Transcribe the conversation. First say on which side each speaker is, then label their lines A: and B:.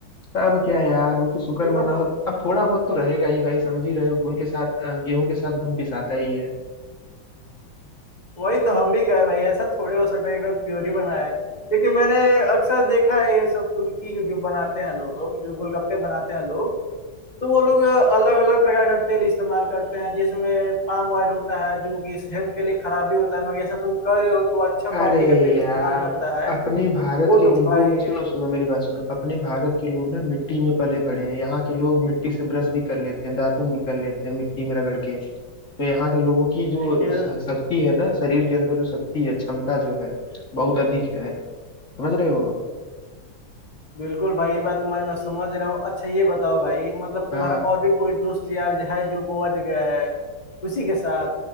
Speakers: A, on the left (about 40°); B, on the left (about 25°).
A: तो अब क्या यार वो तो शुक्र
B: एकदम
A: मनाओ अब थोड़ा बहुत तो रहेगा ही भाई समझ ही रहे हो घुन के साथ अ, गेहूं के साथ घुन पिसाता ही है
B: वही तो हम भी कहे भाई ऐसा थोड़े हो सकता है एकदम प्योर ही बना है क्योंकि मैंने अक्सर देखा है ये सब फुल्की जो बनाते हैं लोग जो गोलगप्पे बनाते हैं लोग तो वो लोग अलग अलग प्रकार का तेल इस्तेमाल करते हैं जिसमें पाम ऑयल होता है जो कि हेल्थ के लिए खराब भी होता है मगर ऐसा तुम कह रहे हो कि वो अच्छा क्वालिटी
A: अरे
B: का तेल
A: यार
B: इस्तेमाल करता है
A: अपने भारत
B: वो
A: के
B: तो
A: लोगों
B: भाई
A: को सुनो सुनो मेरी बात सुनो अपने भारत के लोग ना मिट्टी में पले बड़े हैं यहाँ के लोग मिट्टी से ब्रश भी कर लेते हैं दातुन भी कर लेते हैं मिट्टी में रगड़ के तो यहाँ के लोगों की जो
B: ये
A: श- शक्ति है ना शरीर के अंदर जो शक्ति है क्षमता जो है बहुत अधिक है समझ रहे हो
B: बिल्कुल भाई ये बात तुम्हारी मैं समझ रहा हूँ अच्छा ये बताओ भाई मतलब तुम्हारा
A: हाँ
B: और भी कोई दोस्त यार है जो गोवा गया है उसी के साथ